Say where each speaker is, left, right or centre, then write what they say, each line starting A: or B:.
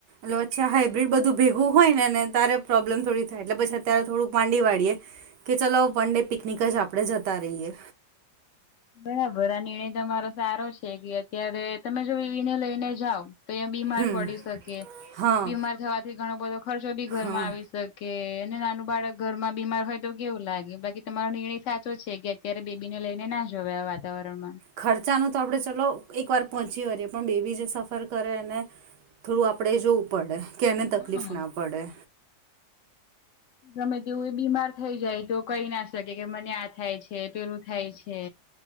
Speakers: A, on the right (about 80°); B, on the left (about 70°).
A: એટલેચ્છા હાઈબ્રિડ બધું ભેગું હોય ને ને ત્યારે પ્રોબ્લેમ થોડી થાય એટલે પછી અત્યારે થોડુંક માંડી વાળડીએ. કે ચલો વન ડે પિકનિક જ આપણે જતા રહીએ.
B: બરાબર આ નિર્ણય તમારો સારો છે કે અત્યારે તમે જો એવીને લઈને જાવ. તો એં બીમાર
A: હમ
B: પડી શકીએ.
A: હા
B: બીમાર થવાથી ઘણો બધો ખર્ચો બી ઘરમાં
A: હા
B: આવી શકે અને નાનું બાળક ઘરમાં બીમાર હોય. તો કેવું લાગ્યું બાકી તમારો નિર્ણય સાચો છે કે અત્યારે બેબીને લઈને ના જોવે આ વાતાવરણ માં.
A: ખર્ચાનું તો આપણે ચલો એક વાર પહોંચી વળીએ પણ બે બી જે સફર કરે એને. થોડું આપડે જોવું પડે કે એને
B: હા.
A: તકલીફ ના પડે.
B: ગમે તેવું એ બીમાર થઈ જાય તો કઈ ના શકે કે મને આ થાય છે પેલું થાય છે.